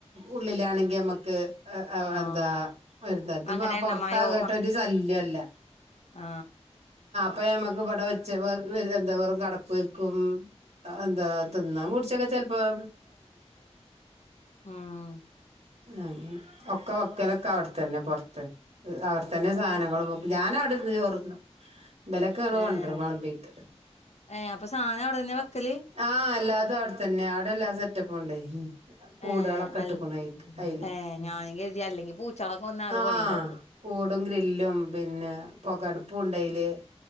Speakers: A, on the right (about 75°); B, on the left (about 75°).
A: ഉള്ളിലാണെങ്കി നമ്മുക്ക്
B: ആഹ്
A: എന്താ വത്
B: അങ്ങനെ
A: പുൊറത്താകട്ട
B: എണ്ണമയോ
A: ഒരു ശല്യംല്ല
B: ആ
A: അപ്പ മ്മക്ക് ഇവിടെ വെച്ച എന്താ പറ കടക്കൊരിക്കും എന്താ തിന്ന <unintelligible> ചെലപ്പോ <unintelligible>
B: ഉം
A: അങ്ങനെ ഒക്ക വെക്കലൊക്കെ അവിടത്തന്നെ പൊറത്ത് അവിടെത്തന്നെ
B: അങ്ങനെ
A: സാധനങ്ങളും ഞാനവടെരുന്ന് ചോറ്തിനും ഇബാലൊക്കെ ഇങ്ങോട്ട്
B: ഏഹ്
A: കൊണ്ട്റും വേളമ്പിട്ട്
B: ഏഹ് അപ്പൊ സാനം അവടെന്നെ വെക്കല്
A: ആഹ്‌ എല്ലാ അവടെത്തന്നെയാ അവടെല്ലാ സെറ്റപ്പ് ഉണ്ടായി കൂട്കളക്ക്ട്ട്ക്കണ്
B: ഏഹ് അൽ
A: അയിക്ക് അതില്
B: ഏഹ് ഞാനും കരുതി അല്ലെങ്കി പൂച്ചാളൊക്കെ വന്നാ ആകെ
A: ആഹ്
B: പണിണ്ടാക്കും
A: കൂടും ഗ്രില്ലും പിന്നെ പൊകടുപ്പുണ്ടായില്